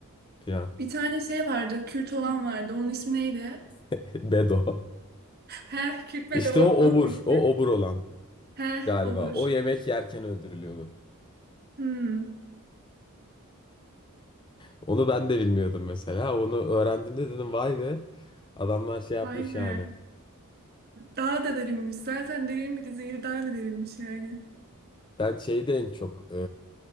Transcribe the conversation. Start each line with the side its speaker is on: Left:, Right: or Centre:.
Left: filan.
Right: bir tane şey vardı. Kürt olan vardı. Onun ismi neydi?
Left: <laughs> Bedo.
Right: <laughs> Heh, Kürt ve
Left: İşte
Right: de o.
Left: o
Right: Onun
Left: obur,
Right: ismi.
Left: o obur olan
Right: Heh,
Left: galiba.
Right: olur.
Left: O yemek yerken öldürülüyordu.
Right: Hmm,
Left: Onu ben de bilmiyordum mesela. Onu öğrendiğimde dedim vay be. Adamlar şey yapmış
Right: vay be.
Left: yani.
Right: Daha da derinmiş. Zaten derin bir diziyi daha da derinmiş yani.
Left: Ben şeyde en çok